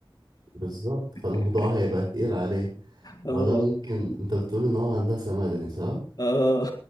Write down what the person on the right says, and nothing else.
بالظبط
فالموضوع هيبقى تقيل عليه
وده ممكن انت بتقول ان هو هندسة مدني صح؟